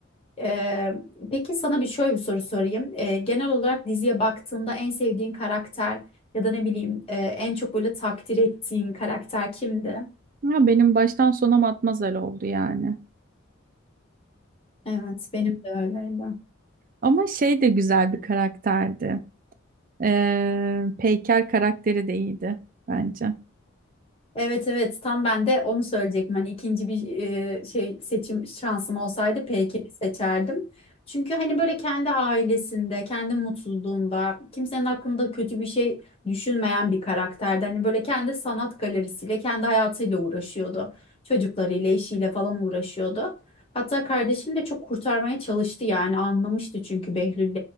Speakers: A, on the left; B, on the right.
A: Ee, peki sana bir şöyle bir soru sorayım. Ee, genel olarak diziye baktığında en sevdiğin karakter ya da ne bileyim e, en çok böyle takdir ettiğin karakter kimdi?
B: Ama benim baştan sona matmazel oldu yani.
A: Evet, benim de öyleydi.
B: Ama şey de güzel bir karakterdi. Ee, Peyker karakteri de iyiydi bence.
A: Evet evet tam ben de onu söyleyecektim. Hani ikinci bir e, şey seçim şansım olsaydı Peyker'i seçerdim. Çünkü hani böyle kendi ailesinde, kendi mutluluğunda, kimsenin hakkında kötü bir şey düşünmeyen bir karakterdi. Hani böyle kendi sanat galerisiyle, kendi hayatıyla uğraşıyordu. Çocuklarıyla, eşiyle falan uğraşıyordu. Hatta kardeşini de çok kurtarmaya çalıştı yani anlamıştı çünkü Behlül'le